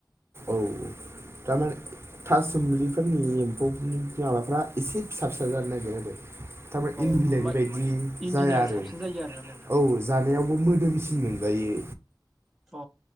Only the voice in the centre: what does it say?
अ
होमबा
इन्दिनिया
साबसिन जायो आरोना नोंथां
अ।